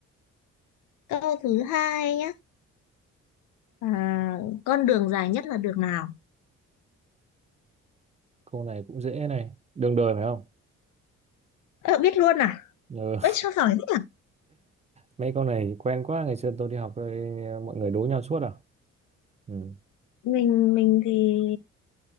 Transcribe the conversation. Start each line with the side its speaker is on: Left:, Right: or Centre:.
Left: câu thứ hai nhé. À, con đường dài nhất là đường nào?
Right: Câu này cũng dễ này. Đường đời phải không?
Left: Ờ, biết luôn à?
Right: Ừ.
Left: Ơi sao giỏi thế nhỉ?
Right: mấy con này quen quá ngày xưa tôi đi học rồi mọi người đố nhau suốt à ừ.
Left: Mình mình thì